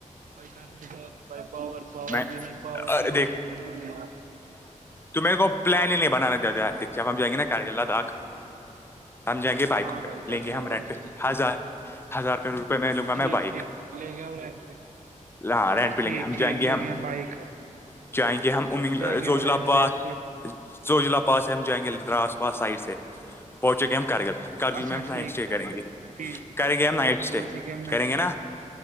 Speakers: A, on the right; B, on the left.
A: بائی گرمی بہت ہے بائی پاور پاور
B: میں
A: بھی نہیں پاور
B: ارے
A: بھی لیا لوگوں نے
B: تومہے کو پلان ہی نہیں بنانا دیا دیا داپ ہم جیںیں گے نا کاریال تھا آک ہم جائیں گے بائکوں
A: ہاں
B: پہ
A: بھائی کر
B: لیں
A: کے
B: گے ہم
A: لاتا
B: رینٹ
A: چلیے،
B: پہ ہزار ہزار روپئے میں لوں گا
A: ٹھیک
B: میں بائک
A: ٹھیک لے گیا ہم رینٹ پہ
B: ہاں رینٹ پہ
A: ٹھیک
B: لیں گے ہم
A: ٹھیک
B: جائیں گے گ
A: لے
B: ہم
A: گیا بائک
B: چاہیں گے ہم ا
A: جائیں گے
B: زوجلا
A: ہم رینٹ
B: پاس
A: پہ پھر
B: زوجلہ پاس ہے ہم جائیں گے ادھر آس پاس سائڈ سے پہچک ہم کرگل کارگل
A: اچھا
B: میں ہم نائٹ
A: ٹھیک
B: اسٹے کریں
A: جائیں
B: گے
A: ٹھیک
B: کریں گے ہم نائٹ اسٹے
A: پہنچے ہم نائٹ
B: کریں
A: اسٹوڈیو،
B: گے نا